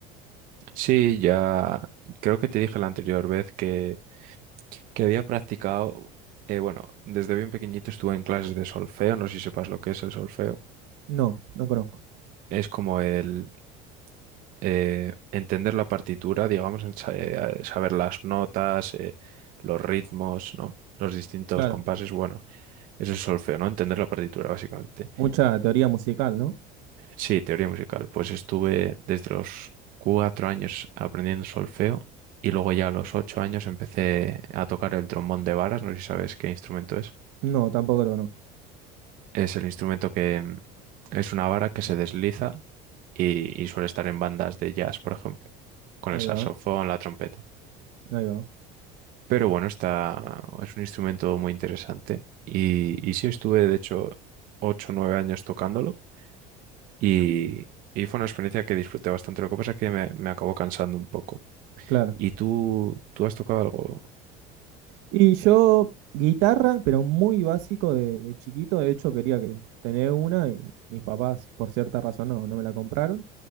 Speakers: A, on the right; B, on the right.
A: Sí, ya creo que te dije la anterior vez que, que había practicado, eh, bueno, desde bien pequeñito estuve en clases de solfeo, no sé si sepas lo que es el solfeo.
B: No, no conozco.
A: Es como el eh, entender la partitura, digamos, en sa- eh, saber las notas, eh, los ritmos, ¿no? Los distintos
B: Claro.
A: compases, bueno, eso es solfeo, ¿no? Entender la partitura, básicamente.
B: Mucha teoría musical, ¿no?
A: Sí, teoría musical. Pues estuve desde los cuatro años aprendiendo solfeo y luego ya a los ocho años empecé a tocar el trombón de varas. No sé si sabes qué instrumento es.
B: No, tampoco lo conozco.
A: Es el instrumento que mm, es una vara que se desliza y, y suele estar en bandas de jazz, por ejemplo, con
B: Ahí
A: el saxofón,
B: va,
A: la trompeta.
B: ahí va.
A: Pero bueno, está, es un instrumento muy interesante y, y sí estuve, de hecho, ocho o nueve años tocándolo. Y, y fue una experiencia que disfruté bastante. Lo que pasa es que me, me acabó cansando un poco.
B: Claro.
A: ¿Y tú, tú has tocado algo?
B: Y yo, guitarra, pero muy básico de, de chiquito. De hecho, quería que tener una y mis papás, por cierta razón, no, no me la compraron.